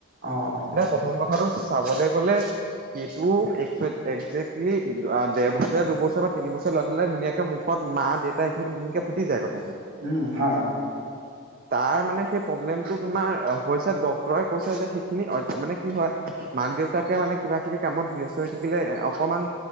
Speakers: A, on the right; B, on the right.
A: অ অ অ
B: এতিয়া প্ৰথম কথাটো চাব গলে সেইটোৱে একজেকটলি দেৰ বছৰ দুবছৰ বা তিন বছৰে লৰাটোলে ধুনীয়াকে মুখত মা দেউতাখিন ধুনীয়াকে ফুটি যায় কথা।
A: উম হয়
B: তাৰ মানে সেই প্ৰ'ব্লেমটো তোমাৰ হৈছে ডক্তৰে কৈছে যে সেইখিনি মানে কি হয় মাক দেউতাকে মানে কিবা কিবি কামত ব্যস্ত হৈ থাকিলে অকণমান,